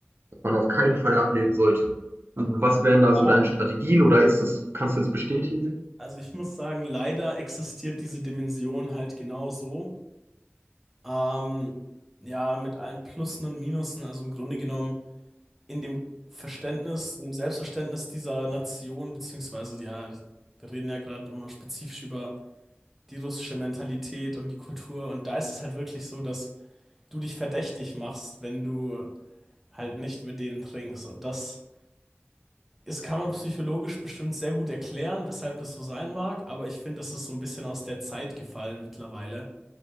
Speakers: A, on the right (about 60°); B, in the centre.
A: man auf keinen Fall ablehnen sollte. Und was wären da
B: Aber,
A: so deine Strategien oder ist es, kannst du es bestätigen?
B: also ich muss sagen, leider existiert diese Dimension halt genau so. Ähm, ja, mit allen Plussen und Minusen, also im Grunde genommen in dem Verständnis, in dem Selbstverständnis dieser Nation, beziehungsweise, ja, wir reden ja gerade immer spezifisch über die russische Mentalität und die Kultur und da ist es halt wirklich so, dass du dich verdächtig machst, wenn du halt nicht mit denen trinkst und das Das kann man psychologisch bestimmt sehr gut erklären, weshalb das so sein mag, aber ich finde, das ist so ein bisschen aus der Zeit gefallen mittlerweile,